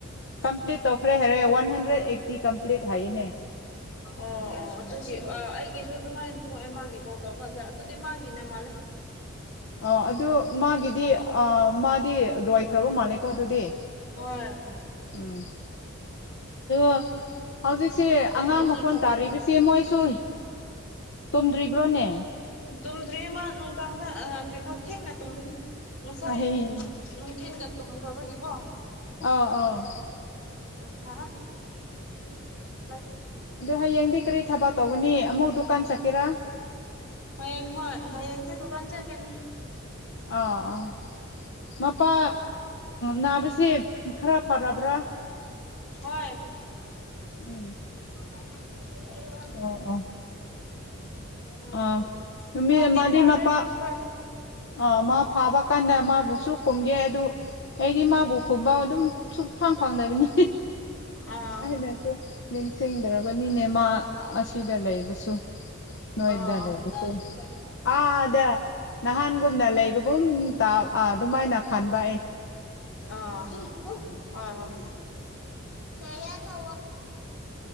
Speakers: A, on the left; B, on the left.
A: ꯀꯝꯄ꯭ꯂꯤꯠ ꯇꯧꯈ꯭ꯔꯦ ꯍꯥꯏꯔꯦ ꯋꯥꯟ ꯍꯟꯗ꯭ꯔꯦꯗ ꯑꯩꯠꯇꯤ ꯀꯝꯄ꯭ꯂꯤꯠ ꯍꯥꯏꯌꯦꯅꯦ
B: ꯑꯣ
A: ꯃꯥꯒꯤꯁꯦ
B: ꯑꯣ ꯑꯗꯨꯒꯤ ꯑꯩꯒꯤꯁꯨ ꯑꯗꯨꯃꯥꯏꯅ ꯊꯣꯛꯑꯦ ꯃꯥꯒꯤ ꯀꯣꯜ ꯇꯧꯔꯀꯥꯟꯗ ꯑꯗꯨꯗꯤ ꯃꯥꯒꯤꯅꯦ ꯃꯥꯜꯂꯦ
A: ꯑ ꯑꯗꯨ ꯃꯥꯒꯤꯗꯤ ꯑ ꯃꯥꯗꯤ ꯂꯣꯏꯈ꯭ꯔꯕ ꯃꯥꯜꯂꯦ꯫ ꯀꯣ ꯑꯗꯨꯗꯤ
B: ꯍꯣꯏ
A: ꯎꯝ ꯑ ꯍꯧꯖꯤꯛꯁꯤꯦ
B: ꯑꯔꯤ
A: ꯑꯉꯥꯡ
B: ꯑꯔꯤ
A: ꯃꯈꯣꯟ
B: ꯈꯛꯀꯤ
A: ꯇꯥꯔꯤꯕꯁꯤ ꯁꯤ ꯃꯣꯏꯁꯨ ꯇꯣꯝꯗ꯭ꯔꯤꯕ꯭ꯔꯣꯅꯦ꯫
B: ꯇꯨꯝꯗ꯭ꯔꯤꯌꯦ ꯃꯥ ꯅꯨꯡꯗꯥꯡꯗ ꯀꯩꯅꯣ ꯊꯦꯡꯅ ꯇꯨꯝꯕꯅꯤ꯫ ꯉꯁꯥꯏ
A: ꯑꯍꯤꯡ
B: ꯅꯨꯡꯗꯤꯟꯗ ꯇꯨꯝꯈ꯭ꯔꯕꯒꯤꯀꯣ
A: ꯑꯥ ꯑꯥ
B: ꯎꯝ ꯍꯥ ꯎꯝ <unintelligible>
A: ꯑꯗꯣ ꯍꯌꯦꯡꯗꯤ ꯀꯔꯤ ꯊꯕꯛ ꯇꯧꯒꯅꯤ ꯑꯃꯨꯛ ꯗꯨꯀꯥꯟ ꯆꯠꯀꯦꯔꯥ꯫
B: ꯍꯌꯦꯡ ꯍꯣꯏ ꯍꯌꯦꯡꯗꯤ ꯗꯨꯀꯥꯟ ꯆꯠꯈꯤꯅꯤ꯫
A: ꯑꯥ ꯑꯥ ꯃꯄꯥ ꯅꯥꯁꯦ ꯈꯔ ꯐꯔꯕ꯭ꯔꯥ
B: ꯍꯣꯏ
A: ꯎꯝ
B: ꯍꯔ <unintelligible>
A: ꯑꯣ ꯑꯣ
B: ꯎꯝ
A: ꯑꯥ ꯅꯨꯃꯤ
B: ꯐꯕꯗꯤ
A: ꯃꯥꯗꯤ
B: ꯐꯔꯦ
A: ꯃꯄꯥ
B: ꯃꯥ ꯈꯔꯗꯤ
A: ꯑꯥ ꯃꯥ ꯐꯥꯕ ꯀꯥꯟꯗ ꯃꯥꯕꯨ ꯁꯨ ꯈꯨꯝꯒꯦ ꯑꯗꯨ ꯑꯩꯗꯤ ꯃꯥꯕꯨ ꯈꯨꯝꯕ ꯑꯗꯨꯝ ꯁꯨꯛ ꯐꯪ ꯐꯪꯗꯅꯕꯅꯤ
B: ꯑꯥ
A: ꯑꯩꯅꯁꯨ ꯅꯤꯡꯁꯤꯡꯗ꯭ꯔꯕꯅꯤꯅꯦ ꯃꯥ ꯑꯁꯤꯗ ꯂꯩꯕꯁꯨ꯫ ꯅꯣꯏꯗ
B: ꯎꯝ
A: ꯂꯩꯕꯁꯨ
B: ꯍꫭꯏ
A: ꯑꯥꯗ ꯅꯍꯥꯟꯒꯨꯝꯅ ꯂꯩꯕꯒꯨꯝ ꯑꯗꯨꯃꯥꯏꯅ ꯈꯟꯕ
B: ꯍꫭꯏ ꯑ
A: ꯎꯝ
B: ꯍꯣꯏ
A: <unintelligible>
B: ꯍꯣꯏ ꯌꯥ ꯀ